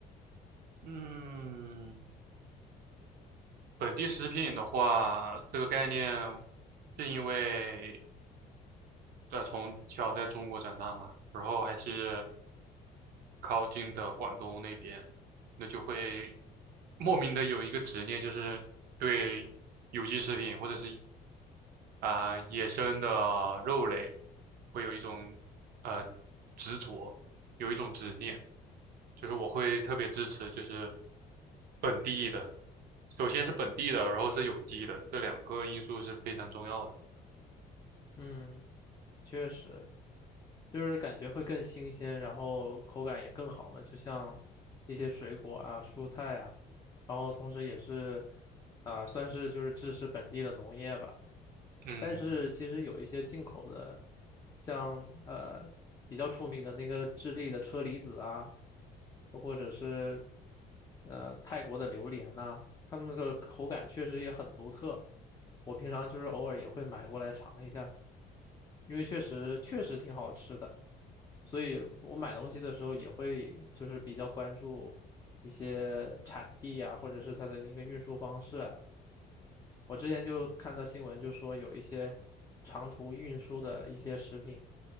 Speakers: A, on the right; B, on the left.
A: 嗯，本地食品的话，这个概念是因为呃从小在中国长大嘛，然后还是靠近的广东那边，那就会莫名的有一个执念，就是对有机食品或者是啊、野生的肉类会有一种呃执着，有一种执念，就是我会特别支持就是本地的，首先是本地的，然后是有机的，这两个因素是非常重要的。
B: 嗯，确实，就是感觉会更新鲜，然后口感也更好嘛，就像一些水果啊、蔬菜啊，然后同时也是，啊、算是就是支持本地的农业吧。
A: 嗯
B: 但是其实有一些进口的，像呃比较出名的那个智利的车厘子啊，或者是呃泰国的榴莲呐、它们的口感确实也很独特。我平常就是偶尔也会买过来尝一下，因为确实确实挺好吃的，所以我买东西的时候也会就是比较关注一些产地啊，或者是它的那个运输方式啊。我之前就看到新闻，就说有一些长途运输的一些食品，